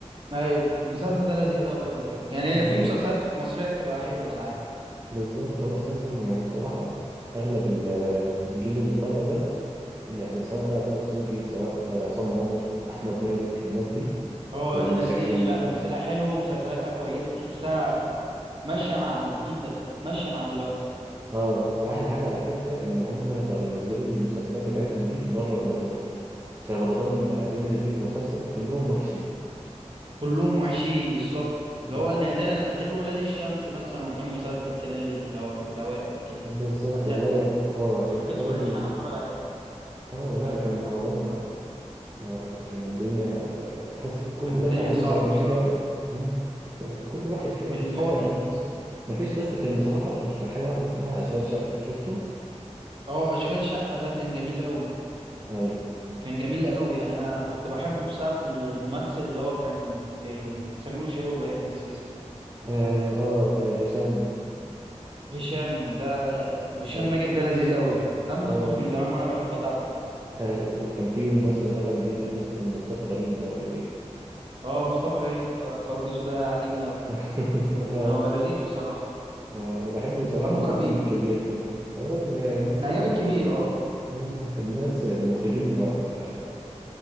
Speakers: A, on the right; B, on the right.
A: ايوه المسلسل ده لذيذ قوي خلي بالك يعني
B: ب-
A: في مسلسلات مصريه بتبقى حلوه ساعات
B: بالظبط هو أساسا يعني بصراحة أغلب ال- الجيل اللي طالع ده يعني سواء بقى طه دسوقي سواء آه، عصام عمر أحمد مالك الناس دي
A: هو
B: يعني
A: الناس
B: شكلهم
A: دي لا تمثيلها حلو ومسلسلاتها كويسه تحسها ماشيه مع الجيل ده ماشيه مع دلوقتي
B: اه واحلى حاجه على فكره ان هم بقوا ينزلوا المسلسلات بتاعتهم دي بره رمضان عشان رمضان بقى بينزل 100 مسلسل وكلهم وحشين
A: كلهم وحشين بالظبط اللي
B: اه
A: هو نادرا غير ولاد الشمس مثلا وكان مسلسل كده نزل في الأو... في الأوائل كده
B: بالظبط
A: بعديها
B: والله
A: خ-
B: اه عشان
A: ما
B: كده
A: خدش
B: الراجل
A: ما لقيتش حاجة اتفرج عليها
B: اه لا كان رمضان لا لا لا، كان الدنيا آه، تحس كله
A: كانت
B: دفع
A: الدنيا
B: فلوس
A: صعبة
B: قد
A: بصراحة
B: كده مم. كله وحش كده
A: في
B: مفيش
A: الفاضي
B: حاجة تبسط مفيش بس كان بصراحة غير حاجة واحدة اسمها أشغال شقة شفته؟
A: اه أشغال شقة ده كان جميل قوي
B: أيوه
A: كان جميل قوي يعني أنا كنت بحبه بسبب الممثل اللي هو كان في سمير وشهير وبهير ده نسيت اسمه
B: آه آه آه، هشام
A: هشام ده هشام
B: آه
A: ماجد ده لذيذ قوي يعني دمه
B: آه
A: خفيف من زمان وأنا بحب أتابعه
B: هاي وكان في ممثل طالع جديد ده اللي اسمه مصطفى غريب ده ولا ايه
A: اه مصطفى غريب قلبيسه ده عاجبني قوي
B: <laughs> اه
A: هو لذيذ بصراحة
B: آه، انا بحبه بصراحه
A: دمه
B: من ايام
A: خفيف
B: كبير كمان فهو ال- الناس
A: من ايام
B: المخرج
A: الكبير اه
B: آه، فالناس المخرجين بتوع ال-